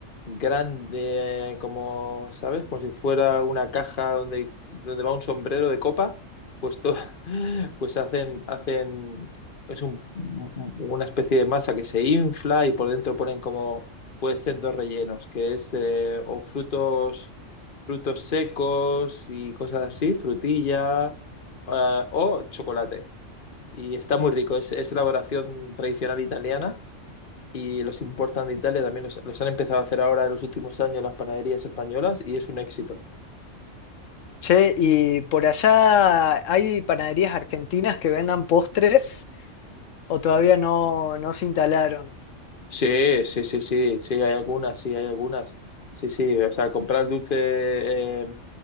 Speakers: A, on the left; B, on the left.
A: grande, como, ¿sabes? Como si fuera una caja donde, donde va un sombrero de copa. Pues, to- <laughs> pues hacen, hacen es un- una especie de masa que se infla y por dentro ponen como, puede ser dos rellenos, que es eh, o frutos, frutos secos y cosas así, frutilla, ah, o chocolate. Y está muy rico, es, es elaboración tradicional italiana y los importan de Italia, también los, los han empezado a hacer ahora en los últimos años las panaderías españolas y es un éxito.
B: Che, y por allá hay panaderías argentinas que vendan postres o todavía no, no se instalaron.
A: Sí, sí, sí, sí, sí, hay algunas, sí, hay algunas. Sí, sí, o sea, comprar dulce, eh,